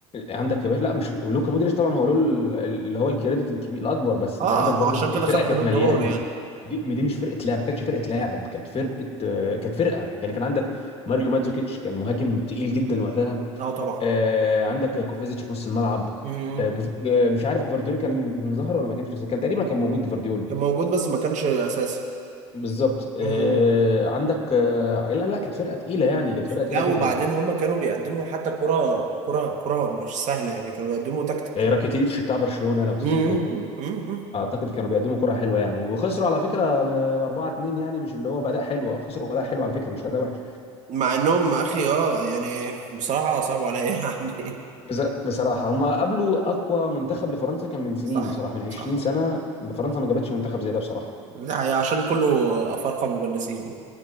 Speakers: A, on the left; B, on the right.
A: عندك يا باشا لا مش لوكا مودريتش طبعا هو له ال- اللي هو الكريدت الكبير الاكبر بس
B: اه
A: انت عندك
B: ما
A: برضو
B: هو عشان كده
A: الفرقه
B: خد بالون
A: كانت مليانه
B: دور يعني
A: دي دي مش فرقه لاعب ما كانتش فرقه لاعب كانت فرقه آه، كانت فرقه يعني كان عندك ماريو ماتزوكيتش كان مهاجم تقيل جدا وقتها
B: اه طبعا
A: آه، عندك كوفازيتش في نص الملعب
B: مم.
A: آه، جف- آه، مش عارف جفارديول كان ظهر ولا ما كانش لسه كان تقريبا كان موجود جفارديول
B: كان موجود بس ما كانش اساسي
A: بالظبط آه،
B: مم.
A: عندك آه، لا لا كانت فرقه تقيله يعني كانت فرقه تقيله
B: لا
A: جدا
B: وبعدين هم كانوا بيقدموا حتى كرة كرة كرة مش سهلة يعني كانوا بيقدموا تكتيك
A: آه، راكيتيتش بتاع برشلونه لو تفتكره
B: مم، مم، مم.
A: اعتقد كانوا بيقدموا كرة حلوة يعني وخسروا على فكرة ب 4 2 يعني مش اللي هو بأداء حلو خسروا بأداء حلو على فكرة مش أداء وحش
B: مع انهم اخي اه يعني بصراحة صعبوا عليا يعني
A: بس بصراحة هم قابلوا أقوى منتخب لفرنسا كان من سنين
B: <laughs> صح
A: بصراحة من 20
B: صح
A: سنة فرنسا ما جابتش منتخب زي ده بصراحة
B: ده هي عشان كله افارقة مجنسين يعني.